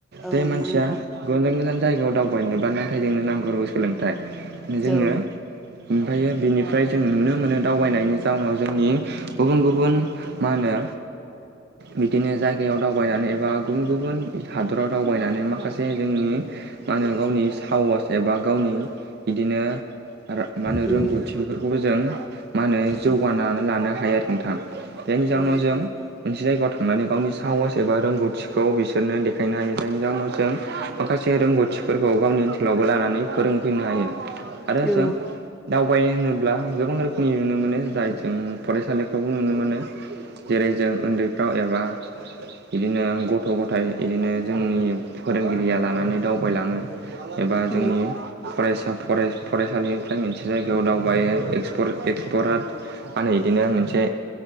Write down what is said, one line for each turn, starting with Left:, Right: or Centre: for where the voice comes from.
Right: बे
Centre: औ
Right: मानसिया
Centre: नंगौ नोंथां
Right: गोजान गोजान जायगायाव दावबायनो नुब्ला नाथाय जोंनो नांगौ गोस सोलोंथाइ जोङो
Centre: औ
Right: ओमफ्रायो बेनिफ्राय जोङ नुनो मोनो दावबायनायनि जाउनाव जोंनि गुबुन गुबुन मा होनो बिदिनो जायगायाव दावबायनानै एबा गुबुन गुबुन हादराव दावबायनानै माखासे जे जोंनि मा होनो गावनि साहस एबा गावनि बिदिनो मा होनो
Centre: उम
Right: रोंगौथि बेफोरखौबो जों मा होनो जौगानानै
Centre: उम
Right: लानो हायो आरो नोंथां बेनि जाउनाव
Centre: औ नंगौ
Right: जों
Centre: नोंथां
Right: मोनसे जायगायाव थांनानै गावनि साहस एबा रोंगौथिखौ बिसोरनो देखायनो हायो जायनि जााहनाव जों माखासे रोंगौथिफोरखौ गावनि ओनसोलावबो लानानै फोरोंफैनो हायो आरो
Centre: औ
Right: जों दावबायनो होनोब्ला गोबां रोखोमनि नुनो मोनो जाय जों फरायसालिफ्रावबो नुनो मोनो जेरै जों उन्दैफ्राव एबा बिदिनो गथ' गथाइ बिदिनो जोंनि फोरोंगिरिया लानानै दावबायलाङो एबा जोंनि
Centre: उम औ
Right: फरायसा फरायसालिनिफ्राय मोनसे जायगायाव दावबायो एक्सपर मा होनो इदिनो मोनसे